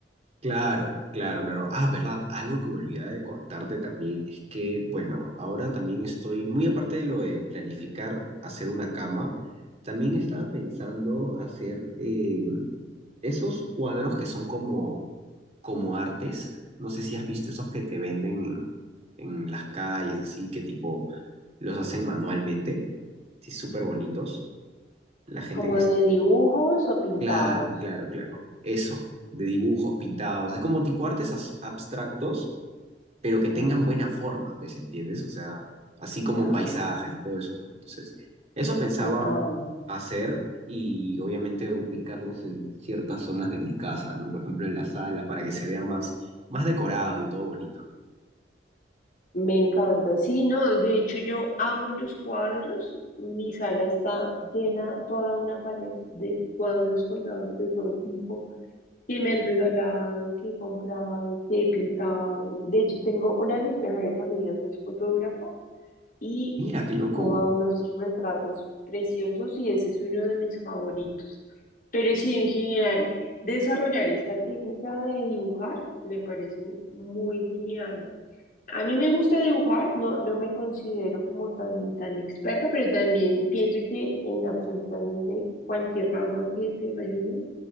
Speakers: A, on the right (about 40°); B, on the left (about 50°).
A: Claro, claro, claro. Ah, verdad, algo que me olvidaba de contarte también es que, bueno, ahora también estoy, muy aparte de lo de planificar hacer una cama, también estaba pensando hacer eh, esos cuadros que son como, como artes. No sé si has visto esos que te venden en, en las calles, así que tipo los hacen manualmente, sí, súper bonitos. La gente
B: como
A: que
B: de
A: está
B: dibujos o pintados.
A: Claro, claro, claro. Eso, de dibujos pintados, es como tipo artes as- abstractos, pero que tengan
B: Ujú,
A: buena forma, pues, ¿entiendes? O sea, así como
B: claro,
A: paisajes y todo eso, ¿no? Entonces, eso pensaba
B: total.
A: hacer y obviamente ubicarlos en ciertas zonas de mi casa, ¿no? Por ejemplo, en la sala, para que se vea más, más decorado y todo bonito, ¿no?
B: Me encanta. Sí, no, de hecho yo amo los cuadros. Mi sala está llena, toda una pared de cuadros colgados de todo tipo. que me han regalado, que he comprado, que he pintado. De hecho, tengo una de mis mejores amigas, es fotógrafa y
A: Mira, qué loco.
B: toma unos retratos preciosos y ese es uno de mis favoritos. Pero sí, en general, desarrollar esta técnica de dibujar me parece muy genial. A mí me gusta dibujar, no, no me considero como tan, tan experta, pero también pienso que en absolutamente cualquier rama que te imagines